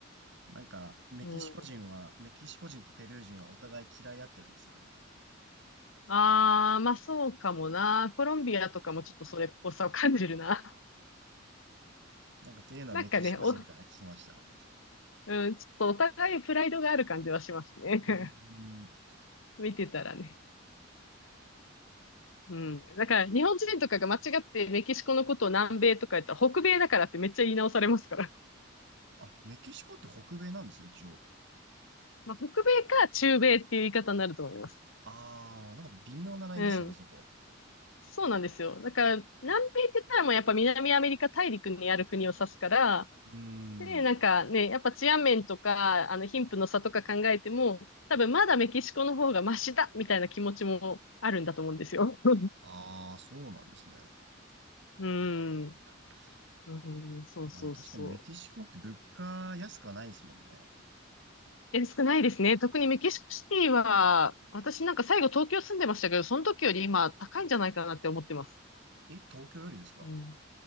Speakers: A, on the right (about 65°); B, on the left (about 75°).
A: なんか、メキシコ人は、
B: うん。
A: メキシコ人とペルー人はお互い嫌い合ってるんですよね。
B: あー、まあそうかもな。コロンビアとかもちょっとそれっぽさを感じるな。
A: なんかっていうのはメキシコ人から聞きました。
B: <laughs> なんかね、お、うん、ちょっとお互いプライドがある感じはしますね。
A: うーん。
B: <laughs> 見てたらね。うん。だから、日本人とかが間違ってメキシコのことを南米とか言ったら、北米だからってめっちゃ言い直されますから。
A: あ、メキシコって北米なんですね、一応。
B: まあ、北米か中米っていう言い方になると思います。
A: あー、なんか微妙なラインですよね、
B: うん。
A: そこ。
B: そうなんですよ。だから、南米って言ったらもうやっぱ南アメリカ大陸にある国を指すから、
A: うーん。
B: で、なんかね、やっぱ治安面とか、あの、貧富の差とか考えても、多分まだメキシコの方がマシだみたいな気持ちもあるんだと思うんですよ。<laughs>
A: あー、そうなんですね。
B: うん。
A: えー
B: うん、そうそうそ
A: まあ、確かにメキシコって物価安くはないですもんね。
B: う。え、少ないですね。特にメキシコシティは、私なんか最後東京住んでましたけど、その時より今高いんじゃないかなって思ってます。
A: え、東京よりですか
B: うん